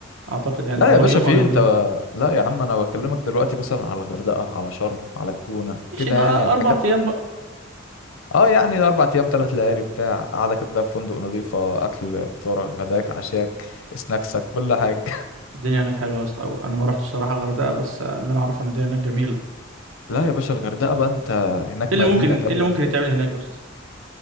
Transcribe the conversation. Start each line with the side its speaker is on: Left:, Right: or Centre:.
Right: اعتقد يعني
Left: لا
Right: لو
Left: يا باشا
Right: يوم
Left: في
Right: او يومين
Left: انت لا يا عم انا بكلمك دلوقتي مثلا على الغردقه على شرم على الجونه
Right: ماشي
Left: كده
Right: ده
Left: يعني الحاجات
Right: اربع ايام بقى
Left: اه يعني اربع ايام ثلاث ليالي بتاع قاعده كده في فندق نظيفه اكل فطارك غداك عشاك سناكسك كل حاجه
Right: الدنيا هناك حلوه يا اسطى أوي. انا ما رحتش الصراحه غردقه بس اللي انا اعرفه ان الدنيا هناك جميله
Left: <laughs> لا يا باشا الغردقه بقى انت هناك
Right: ايه
Left: مدينه
Right: اللي ممكن
Left: كامله
Right: ايه اللي ممكن يتعمل هناك يا اسطى